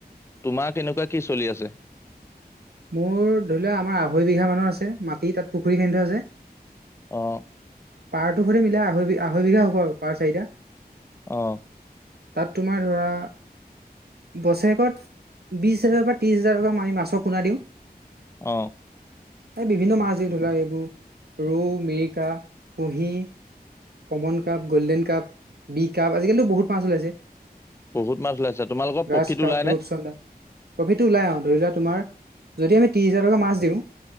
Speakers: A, on the left; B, on the right.
A: তোমাৰ কেনেকুৱা কি চলি আছে?
B: মোৰ ধৰি লোৱা আমাৰ আঢ়ৈ বিঘা মানুহ আছে মাটি তাত পুখুৰী খান্দি থোৱা আছে।
A: অ'।
B: পাৰটো সে মিলাই আঢ়ৈ বিঘা আঢ়ৈ বিঘা হ'ব আৰু পাৰ চাৰিটা।
A: অ'।
B: তাত তোমাৰ ধৰা বছৰেকত বিশছ হেজাৰৰ পৰা ত্ৰিছ হোজাৰ টকা আমি মাছৰ পোনা দিওঁ।
A: অ'।
B: এই বিভিন্ন মাছ দি ধৰিলোৱা এইবোৰ ৰৌ, মিৰিকা, কুঁহি common carp, golden carp, B carp, আজিকালিতো বহুত মাছ ওলাইছে।
A: বহুত মাছ ওলাইছে তোমালোকৰ
B: গ্ৰাছ
A: প্ৰফিট
B: কাপ
A: ওলাই
B: ৰূপচন্দা
A: নে?
B: প্ৰফিটটো ওলাই আৰু ধৰি লোৱা তোমাৰ যদি আমি ত্ৰিছ হাজাৰ টকা মাছ দিওঁ।